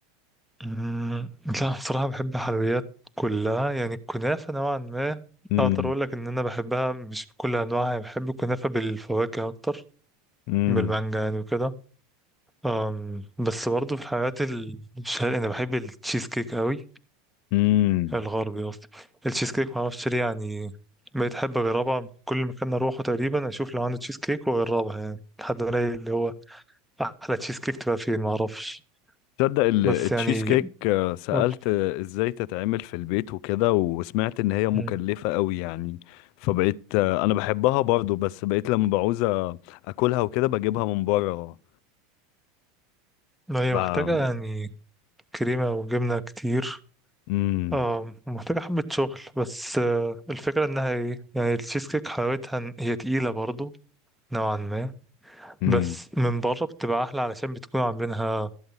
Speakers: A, in the centre; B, on the left (about 60°).
A: أمم، لا بصراحة بحب الحلويات كلها يعني الكنافة نوعا ما
B: امم
A: أقدر أقول لك إن أنا بحبها مش بكل أنواعها يعني، بحب الكنافة بالفواكه أكتر
B: امم
A: بالمانجا يعني وكده أم، بس برضه في الحلويات الشرقية أنا بحب التشيز كيك أوي
B: امم
A: الغربي قصدي التشيز كيك معرفش ليه يعني بقيت أحب أجربها كل مكان أروحه تقريبا أشوف لو عنده تشيز كيك وأجربها يعني لحد ما ألاقي اللي هو أحلى تشيز كيك تبقى فين معرفش
B: تصدق ال-
A: بس
B: التشيز
A: يعني
B: كيك آه، سألت
A: قول
B: آه، ازاي تتعمل في البيت وكده وسمعت ان هي مكلفة
A: مم.
B: قوي يعني فبقيت آه، انا بحبها برضو بس بقيت لما بعوز أ- اكلها وكده بجيبها من بره
A: ما هي
B: بقى
A: محتاجة يعني كريمة وجبنة كتير
B: امم
A: اه محتاجة حبة شغل بس آه، الفكرة انها ايه يعني التشيز كيك حلاوتها إن هي تقيلة برضو نوعا ما
B: امم
A: بس من بره بتبقى احلى علشان بتكون عاملينها